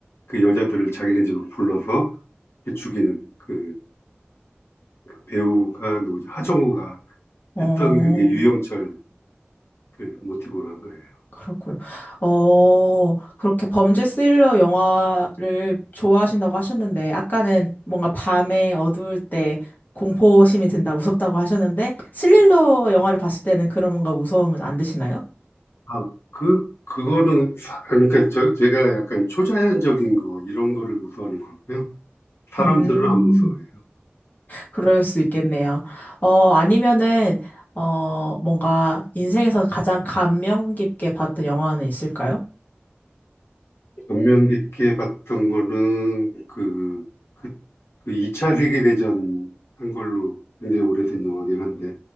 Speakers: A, on the left (about 85°); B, on the left (about 45°).
A: 그 여자들을 자기네 집으로 불러서 죽이는 그 배우가 누구죠? 하정우가
B: 어,
A: 했던 그게 유영철 그 모티브로 한 거예요.
B: 그렇고요. 어, 그렇게 범죄 스릴러 영화를 좋아하신다고 하셨는데 아까는 뭔가 밤에 어두울 때 공포심이 든다, 무섭다고 하셨는데 스릴러
A: 예.
B: 영화를 봤을 때는 그런 뭔가 무서움은 안 드시나요?
A: 아, 그, 그거는, 사- 그러니까 저, 제가 약간 초자연적인 거, 이런 거를 무서워하는 것 같고요. 사람들은
B: 음.
A: 안 무서워해요.
B: 그럴 수 있겠네요. 어, 아니면은, 어, 뭔가 인생에서 가장 감명 깊게 봤던 영화는 있을까요?
A: 감명 깊게 봤던 거는 그, 그, 그 2차 세계대전 한 걸로 굉장히 오래된 영화긴 한데,